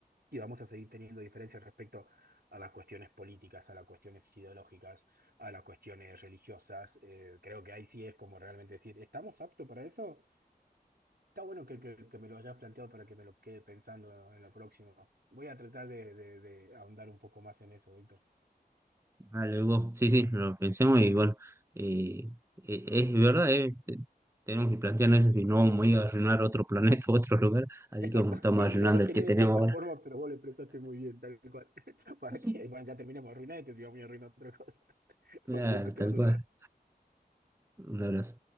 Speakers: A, on the right; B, on the right.
A: y vamos a seguir teniendo diferencias respecto a las cuestiones políticas, a las cuestiones ideológicas, a las cuestiones religiosas. eh, creo que ahí sí es como realmente decir, ¿estamos aptos para eso? Está bueno que, que, que me lo hayas planteado para que me lo quede pensando en lo próximo. Voy a tratar de, de, de ahondar un poco más en eso, Víctor.
B: algo, sí, sí, lo pensemos y bueno, eh, e- es verdad, eh, te- tenemos que plantearnos eso, si no vamos a ir a arruinar otro planeta, <laughs> otro lugar, así
A: Exacto,
B: como estamos
A: <laughs>
B: arruinando
A: no lo
B: el
A: quería
B: que tenemos
A: decir de esa
B: ahora.
A: forma, pero vos lo expresaste muy bien, tal cual. <laughs> ¿Para
B: Sí.
A: qué? Bueno, ya terminamos arruinado y te sigo muy arruinado otra cosa. <laughs>
B: Claro,
A: Bueno, loco, te
B: tal
A: mando
B: cual.
A: un abrazo.
B: Un abrazo.